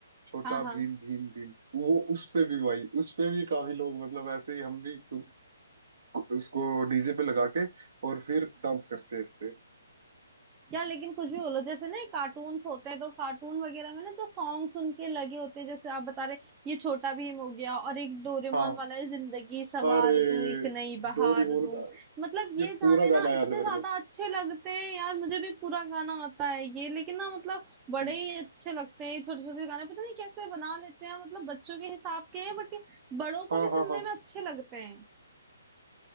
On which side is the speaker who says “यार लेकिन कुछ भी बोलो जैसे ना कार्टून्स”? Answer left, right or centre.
Right